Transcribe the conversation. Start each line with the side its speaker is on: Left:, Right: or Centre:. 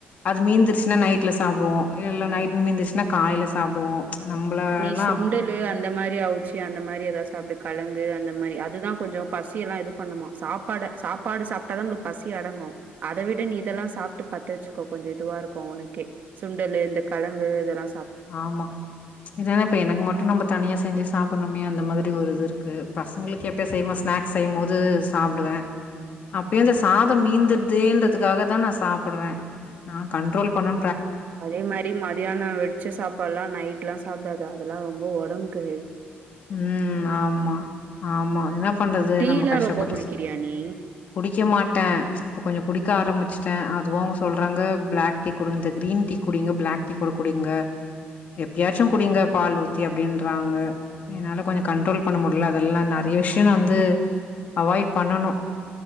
Left: அது மீந்துருச்சு நா நைட்ல சாப்டுவோம் இல்ல நைட்டு மீந்துச்சுன நா காலையில
Right: ஆமா.
Left: சாப்புடுவோம் நம்பலனா
Right: நீ சுண்டலு அந்த மாதிரி அவுச்சு அந்த மாரி ஏதா சாப்பி கலங்கு அந்த மாரி அதுதான் கொஞ்சம் பசியில்லாம இது பண்ணுமா சாப்பாட சாப்பாடு சாப்பிட்ட தான் நமளுக்கு பசி அடங்கும் அதை விட நீ இதெல்லாம் சாப்பிட்டு பத்த வச்சுக்கோ கொஞ்சம் இதுவா இருக்கும் உனக்கே சுண்டலு இந்த கலங்கு இதெல்லாம்
Left: ஆமா இதானே இப்ப எனக்கு மட்டும் நம்ம தனியா செஞ்சு சாப்புடுணுமே அந் இந்த மாதிரி ஒரு இது இருக்கு பசங்களுக்கு எப்பயும் செய்போது ஸ்நாக்ஸ் செய்யும்போது சாப்புடுவேன் அப்டியே இந்த சாதம் மீந்துடுதுதே நான் சாப்புடுவேன் நா கண்ரோல் பண்ண
Right: அதே மாரி மதியானம் வெடிச்ச சாப் அப்பெல்லாம் நைட்லாம் சாப்பிடாத அதெல்லாம் ரொம்ப உடம்புக்கு
Left: உம் ஆமா ஆமா என்ன பண்றது
Right: டீலா
Left: நம்ம கஷ்டப்பட்டு
Right: ரொம்ப குடிக்கிறியா நீ
Left: குடிக்க மாட்டேன் இப்ப கொஞ்சம் குடிக்க ஆரம்பிச்சிட்டேன் அதுவும் சொல்றாங்க பிளாக் டீ குடுங்க இந்த கிரீன் டீ குடிங்க பிளாக் டீ குடிங்க எப்பயாச்சும் குடிங்க பால் ஊத்தி அப்படின்றாங்க என்னால கொஞ்சம் கண்ரோல் பண்ண முடியல அதெல்லாம் நெறைய விஷயம் நா வந்து அவாய்ட் பண்ணனும்